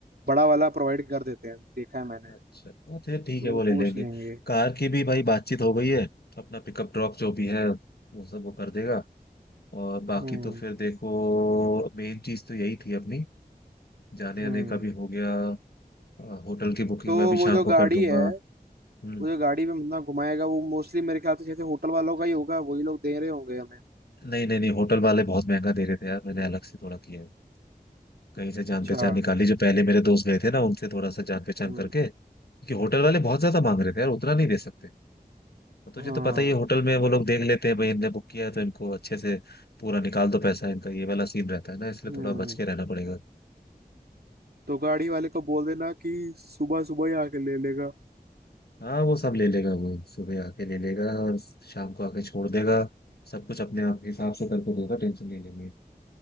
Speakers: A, on the right (about 80°); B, on the left (about 85°).
A: बड़ा वाला प्रोवाइड कर देते हैं देखा है मैंने
B: अच्छा हाँ, फिर ठीक
A: तो
B: है
A: वो
B: वो ले
A: पूछ
B: लेंगे
A: लेंगे
B: कार की भी भाई बातचीत हो गई है अपना पिकअप ड्रॉप जो भी है वो सब वो कर देगा और बाकी
A: हम्म
B: तो फिर देखो मेन चीज तो यही थी अपनी जाने
A: हम्म
B: आने का भी हो गया अ, होटल की बुकिंग
A: तो
B: मैं अभी
A: वो
B: शाम
A: जो
B: को
A: गाड़ी
B: कर दूंगा
A: है
B: हम्म
A: वो जो गाड़ी में बंदा घुमाएगा वो मोस्टली मेरे ख्याल से जैसे होटल वालों का ही होगा वही लोग दे रहे होंगे हमें
B: नहीं नहीं नहीं होटल वाले बहुत महंगा दे रहे थे यार मैंने अलग से थोड़ा किया है कहीं से जान
A: अच्छा
B: पहचान निकाली जो पहले मेरे दोस्त गए थे ना उनसे थोड़ा सा जान पहचान
A: हम्म
B: करके क्योंकि होटल वाले बहुत ज्यादा मांग रहे थे यार उतना नहीं दे सकते और तुझे
A: हाँ
B: तो पता ही है होटल में वो लोग देख लेते हैं भाई इनने बुक किया है तो इनको अच्छे से पूरा निकाल दो पैसा इनका ये वाला सीन रहता है ना इसलिए
A: हम्म
B: थोड़ा बच के रहना पड़ेगा
A: तो गाड़ी वाले को बोल देना कि सुबह सुबह ही आके ले लेगा
B: हाँ वो सब ले लेगा वो सुबह आके ले लेगा और शाम को आके छोड़ देगा सब कुछ अपने आप हिसाब से करके देगा टेंशन नहीं लेंगे